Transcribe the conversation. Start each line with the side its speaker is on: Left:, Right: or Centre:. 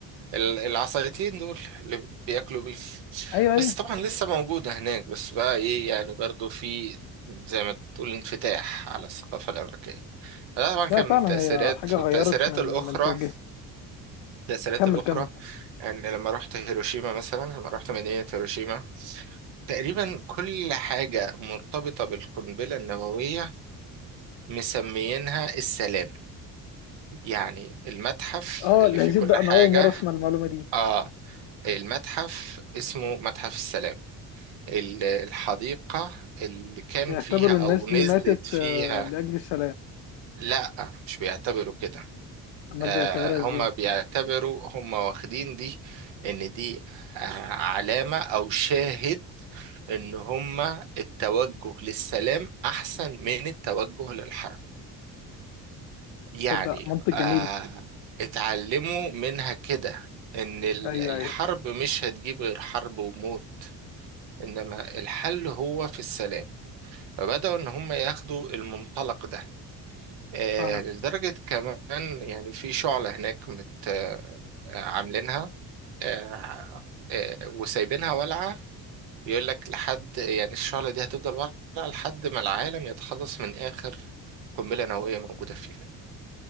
Right: ال- العصايتين دول اللي بياكلوا بيه
Left: ايوه ايوه
Right: بس طبعا لسه موجودة هناك بس بقى إيه يعني برضو في زي ما تقول انفتاح على الثقافة الأمريكية ده طبعا
Left: لا
Right: كان
Left: فعلا
Right: من تأثيرات
Left: هي حاجه غيرت
Right: والتأثيرات
Left: من
Right: الأخرى
Left: من توجيه
Right: التأثيرات
Left: كمل
Right: الأخرى
Left: كمل
Right: يعني لما رحت هيروشيما مثلا لما رحت مدينة هيروشيما تقريبا كل حاجة مرتبطة بالقنبلة النووية مسميينها السلام يعني المتحف
Left: اه
Right: اللي
Left: الهزيد
Right: فيه كل
Left: ده
Right: حاجة
Left: انا اول مره اسمع المعلومه دي
Right: آه المتحف اسمه متحف السلام ال- الحديقة اللي كان
Left: بيعتبروا
Right: فيها أو
Left: الناس دي
Right: نزلت
Left: ماتت
Right: فيها
Left: آه، لاجل السلام
Right: لا مش بيعتبروا كده
Left: امال
Right: آه،
Left: بيعتبروها ازاي
Right: هم بيعتبروا هم واخدين دي ان دي آه، علامة او شاهد ان هم التوجه للسلام احسن من التوجه للحرب يعني
Left: تصدق منطق جميل
Right: آه، اتعلموا منها كده ان ال-
Left: ايوه
Right: الحرب
Left: ايوه
Right: مش هتجيب غير حرب وموت انما الحل هو في السلام فبدأوا ان هم ياخدوا المنطلق ده آه،
Left: فعلا
Right: لدرجة كمان يعني في شعلة هناك مت آه، عاملينها آه، آه، وسايبينها والعة بيقول لك لحد يعني الشعلة دي هتفضل والعة لحد ما العالم يتخلص من آخر قنبلة نووية موجودة فيه